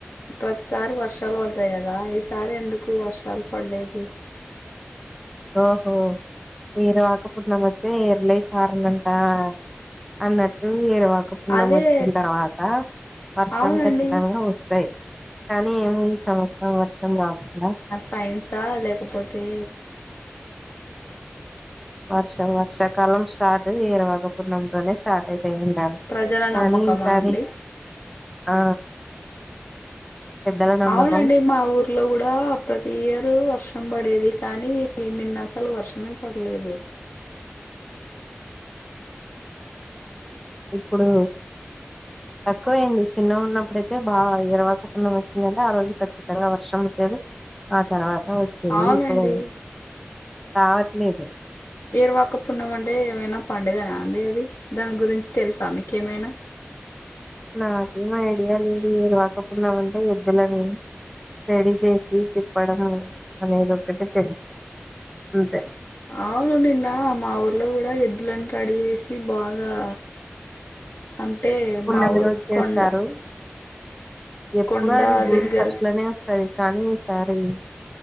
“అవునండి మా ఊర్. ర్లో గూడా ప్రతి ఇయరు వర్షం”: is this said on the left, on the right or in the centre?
Left